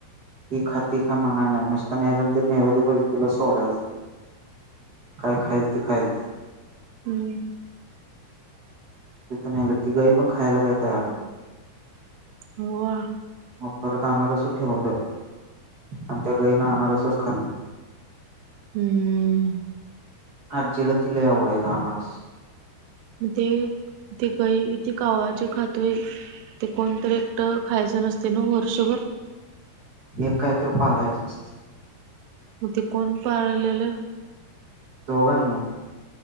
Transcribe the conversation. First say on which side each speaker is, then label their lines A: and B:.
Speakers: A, on the right; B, on the right.
A: ती खाती का मनाय नाही नुसत. नैवेद्य, नैवेद्य पद्धतीने सोडायचं. काय खाईल ते खाईल.
B: हम
A: तथून आलं, ती गाई पण, खायला काही तयार नाही.
B: मग
A: मग, परत आनारस ठेवलं, आणि त्या गाईन आनारसच खाली.
B: <unintelligible>
A: आजीला ती लय आवडायचं, अनारस
B: ते ते काही कावळा जे खातोय ते, कोणतरी एकट खायचं नसतंय, ना वर्षभर
A: एक काही तर पाळायचं असतं.
B: मग, ते कोण पाळलेलं.
A: दोघांनी